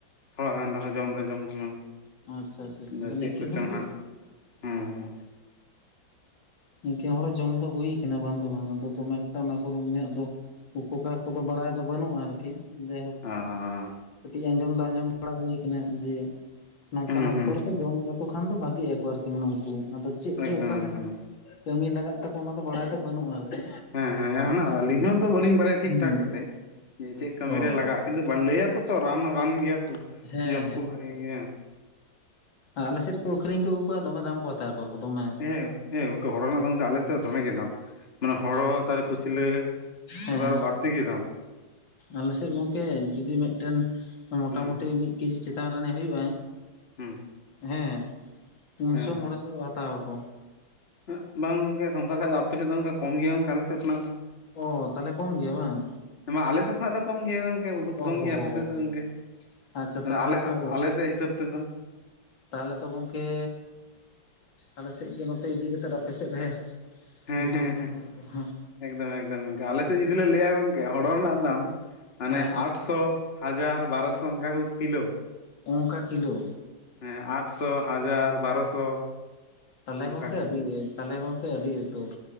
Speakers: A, on the left; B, on the left.
A: ᱛᱷᱚᱲᱟ ᱜᱟᱱ ᱨᱮᱦᱚᱸ ᱡᱚᱢ ᱫᱚ ᱡᱚᱢ ᱠᱚᱢᱮ᱾
B: ᱟᱪᱪᱷᱟ ᱟᱪᱪᱷᱟ ᱟᱪᱪᱷᱟ,
A: ᱟᱫᱚ ᱪᱮᱜ
B: ᱱᱤᱝᱠᱟᱹᱱ
A: ᱠᱚᱪᱚᱝ
B: ᱦᱚᱲ ᱫᱚ
A: ᱦᱟᱸᱜ, ᱦᱮᱸ ᱦᱮᱸ᱾
B: ᱱᱤᱝᱠᱟᱹᱱ ᱦᱚᱲ ᱦᱚᱸ ᱡᱚᱢ ᱫᱚ ᱦᱩᱭ ᱠᱟᱱᱟ ᱵᱟᱝ ᱫᱚ ᱵᱟᱝ ᱟᱫᱚ ᱫᱚᱢᱮ ᱮᱠᱴᱟ ᱚᱱᱟ ᱠᱚᱨᱮ ᱤᱧᱟᱹᱜ ᱫᱚ ᱩᱯᱚᱠᱟᱨ ᱠᱚᱫᱚ ᱵᱟᱲᱟᱭ ᱫᱚ ᱵᱟᱹᱱᱩᱜ-ᱟ ᱟᱨᱠᱤ ᱡᱟᱭᱦᱳᱠ
A: ᱟᱻ
B: ᱠᱟᱹᱴᱤᱡ ᱟᱸᱡᱚᱢ ᱫᱚ ᱟᱸᱡᱚᱢ ᱵᱟᱲᱟ ᱦᱩᱭ ᱠᱟᱱᱟ ᱡᱮ ᱱᱚᱝᱠᱟᱱ
A: ᱦᱩᱸ
B: ᱚᱠᱛᱚ
A: ᱦᱩᱸ
B: ᱨᱮᱠᱚ ᱡᱚᱢ ᱞᱮ ᱠᱚ ᱠᱷᱟᱱ ᱫᱚ ᱵᱷᱟᱜᱮ ᱟᱠᱚ ᱟᱨᱠᱤ ᱢᱟᱱᱮ ᱩᱱᱠᱩ ᱟᱫᱚ ᱪᱮᱫ ᱨᱮ
A: ᱮᱠᱫᱚᱢ
B: ᱚᱠᱟ
A: ᱮᱠᱫᱚᱢ
B: ᱴᱷᱮᱱ ᱠᱟᱹᱢᱤ ᱞᱟᱜᱟᱜ ᱛᱟᱠᱚᱣᱟ ᱚᱱᱟ ᱫᱚ ᱵᱟᱲᱟᱭ ᱫᱚ ᱵᱟᱹᱱᱩᱜ-ᱟ ᱟᱨᱠᱤ᱾
A: ᱦᱮᱸ ᱦᱮᱸ <unintelligible> ᱱᱟᱜ ᱟᱞᱤᱧ ᱦᱚᱸ ᱫᱚ ᱵᱟᱹᱞᱤᱧ ᱵᱟᱲᱟᱭᱟ ᱴᱷᱤᱠ
B: ᱦᱩᱸ
A: ᱴᱷᱟᱠ ᱠᱟᱛᱮᱜ ᱡᱮ ᱪᱮᱫ ᱠᱟᱹᱢᱤ
B: ᱚ
A: ᱨᱮ ᱞᱟᱜᱟ-ᱟ ᱠᱤᱱᱛᱩ ᱵᱟ ᱞᱟᱹᱭᱟᱠᱚ ᱛᱚ ᱨᱟᱱ ᱨᱟᱱ ᱜᱮᱭᱟ ᱠᱚ
B: ᱦᱮᱸ
A: ᱡᱚᱢ ᱠᱚ ᱵᱷᱟᱜᱮ ᱜᱮᱭᱟ᱾
B: ᱟᱨ ᱟᱞᱮ ᱥᱮᱫ ᱠᱚ ᱟᱹᱠᱷᱨᱤᱧ ᱠᱚ ᱟᱹᱜᱩ ᱠᱚᱣᱟ ᱫᱚᱢᱮ ᱫᱟᱢ ᱠᱚ ᱦᱟᱛᱟᱣ ᱠᱚᱣᱟ ᱠᱚ ᱫᱚᱢᱮ᱾
A: ᱦᱮᱸ ᱮ ᱜᱚᱝᱠᱮ ᱦᱚᱲᱚ ᱨᱮᱱᱟᱜ ᱫᱚ ᱟᱞᱮ ᱥᱮᱫ ᱦᱚᱸ ᱫᱚᱢᱮ ᱜᱮ ᱫᱟᱢ, ᱢᱟᱱᱮ ᱦᱚᱲᱚ ᱛᱟᱨᱮ ᱠᱩ ᱪᱞᱟᱹ ᱠᱚᱫᱚ
B: ᱦᱮᱸ
A: ᱟᱨᱚ ᱵᱟᱲᱛᱤ ᱜᱮ ᱫᱟᱢ᱾
B: ᱟᱞᱮ ᱥᱮᱫ ᱜᱚᱝᱠᱮ ᱡᱩᱫᱤ ᱢᱤᱫᱴᱮᱱ ᱢᱚᱴᱟᱢᱩᱴᱤ
A: ᱦᱩᱸ
B: ᱢᱤᱫ ᱠᱮᱡᱤ ᱪᱮᱛᱟᱱ ᱨᱮᱱᱮ ᱦᱩᱭᱩᱜ-ᱟᱭ?
A: ᱦᱩᱸ᱾
B: ᱦᱮᱸ, ᱯᱩᱱ
A: ᱦᱮᱸ
B: ᱥᱚ ᱢᱚᱬᱮ ᱥᱚ ᱫᱚ ᱦᱟᱛᱟᱣᱟᱠᱚ᱾
A: ᱟᱺᱜ ᱵᱟᱝ ᱜᱚᱝᱠᱮ ᱚᱝᱠᱟ ᱠᱷᱟᱡ ᱫᱚ ᱟᱯᱮ ᱥᱮᱫ ᱫᱚ ᱜᱚᱝᱠᱮ ᱠᱚᱢ ᱜᱮᱭᱟ ᱜᱚᱝᱠᱮ ᱟᱞᱮ ᱥᱮᱫ ᱠᱷᱚᱱᱟᱜ ᱫᱚ᱾
B: ᱚ ᱛᱟᱞᱦᱮ ᱠᱚᱢ ᱜᱮᱭᱟ ᱵᱟᱝ?
A: <inaudible> ᱟᱞᱮ ᱥᱮᱫ ᱠᱷᱚᱱᱟᱜ ᱫᱚ ᱠᱚᱢ ᱜᱮ ᱜᱚᱝᱠᱮ ᱵᱚᱦᱩᱛ
B: ᱚ
A: ᱠᱚᱢ
B: ᱦᱚ
A: ᱜᱮᱭᱟ
B: ᱦᱚ
A: ᱟᱯᱮ
B: ᱦᱚ
A: ᱥᱮᱫ ᱫᱚ ᱜᱚᱝᱠᱮ,
B: ᱟᱪᱪᱷᱟ
A: ᱟᱫᱚ
B: ᱛᱟᱦᱚᱞᱮ
A: ᱟᱞᱮ
B: ᱛᱚ
A: ᱟᱞᱮ ᱥᱮᱫ ᱦᱤᱥᱟᱹᱵ ᱛᱮᱫᱚ᱾
B: ᱛᱟᱦᱚᱞᱮ ᱛᱚ ᱜᱚᱝᱠᱮ, ᱟᱞᱮ ᱥᱮᱫ ᱜᱮ ᱱᱚᱛᱮ ᱤᱫᱤ ᱠᱟᱛᱮᱫ ᱟᱯᱮ ᱥᱮᱫ ᱨᱮ
A: ᱦᱮᱸ
B: ᱜᱤᱫᱽᱨᱟᱹ
A: ᱦᱮᱸ
B: ᱠᱚ
A: ᱦᱮᱸ,
B: ᱮᱠᱷᱚᱱ ᱠᱚ ᱦᱮᱸ
A: ᱮᱠᱫᱚᱢ ᱮᱠᱫᱚᱢ ᱟᱞᱮ ᱥᱮᱫ ᱡᱩᱫᱤ ᱞᱮ ᱞᱟᱹᱭᱟ ᱜᱚᱝ ᱠᱮ ᱦᱚᱲᱚ ᱨᱮᱱᱟᱜ ᱫᱟᱢ, ᱢᱟᱱᱮ
B: ᱦᱮᱸ
A: ᱟᱴᱥᱚ ᱦᱟᱡᱟᱨ ᱵᱟᱨᱚᱥᱚ ᱚᱱᱠᱟ ᱠᱚ ᱠᱤᱞᱳ᱾
B: ᱚᱱᱠᱟ ᱠᱤᱞᱳ?
A: ᱦᱮᱸ ᱟᱴᱥᱚ ᱦᱟᱡᱟᱨ ᱵᱟᱨᱚᱥᱚ᱾
B: ᱛᱟᱞᱦᱮ
A: ᱚᱱᱠᱟ
B: ᱜᱚᱝᱠᱮ
A: ᱠᱤᱞᱳ
B: ᱟᱹᱰᱤ ᱛᱟᱞᱦᱮ ᱜᱚᱝᱠᱮ ᱟᱹᱰᱤ ᱩᱛᱩᱨ᱾